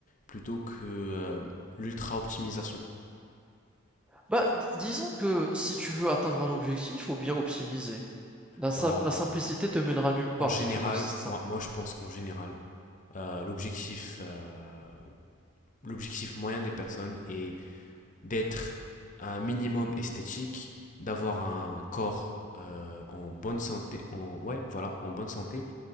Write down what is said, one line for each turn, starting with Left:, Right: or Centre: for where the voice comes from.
Left: plutôt que euh, l'ultra-optimisation.
Centre: Bah, di- disons que si tu veux atteindre un objectif, faut bien optimiser. La, sim-
Left: Bah,
Centre: la simplicité te mènera nulle part
Left: En général,
Centre: si tu restes simple.
Left: moi, moi je pense qu'en général, euh, l'objectif, euh, l'objectif moyen des personnes est d'être un minimum esthétique, d'avoir un corps euh, en bonne santé, en, ouais, voilà, en bonne santé,